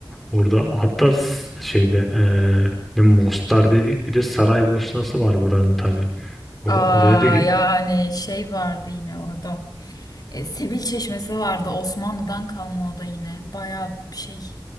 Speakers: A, in the centre; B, on the left.
A: Orada hatta s- şeyde e, ne Mostar dedik bir de Saraybosna'sı var buranın tabii. Ora-
B: Aa,
A: oraya da gi-
B: yani şey vardı yine orada. E, Sebil Çeşmesi vardı. Osmanlı'dan kalma o da yine. Bayağı şey